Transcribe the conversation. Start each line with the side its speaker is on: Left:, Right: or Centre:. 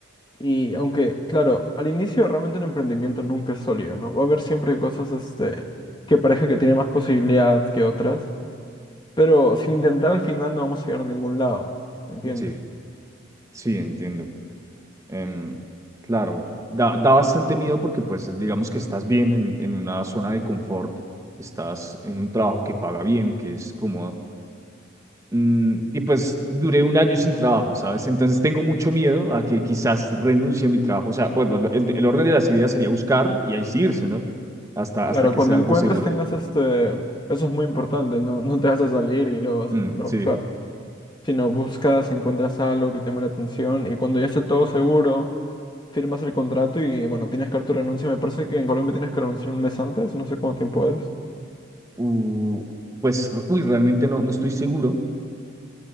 Left: y aunque, claro, al inicio realmente un emprendimiento nunca es sólido, ¿no? Va a haber siempre cosas este que parezca que tiene más posibilidad que otras, pero sin intentar al final no vamos a llegar a ningún lado, ¿entiendes?
Right: Sí, sí, entiendo. Em, claro, da, da bastante miedo porque pues digamos que estás bien en, en una zona de confort, estás en un trabajo que paga bien, que es cómodo Mm, y pues duré un año sin trabajo, ¿sabes? Entonces tengo mucho miedo a que quizás renuncie a mi trabajo. O sea, bueno, lo- el, el orden de las ideas sería buscar y ahí sí irse, ¿no? Hasta,
Left: Claro,
Right: hasta que
Left: cuando
Right: sea algo
Left: encuentres
Right: seguro.
Left: tengas este, eso es muy importante, ¿no? No te vas a salir y luego vas
Right: Mm,
Left: a empezar a
Right: sí.
Left: buscar. Si no buscas, encuentras algo que te llame la atención y cuando ya esté todo seguro, firmas el contrato y bueno, tienes que dar tu renuncia. Me parece que en Colombia tienes que renunciar un mes antes, no sé cuánto tiempo es.
Right: U- pues, uy, realmente no, no estoy seguro.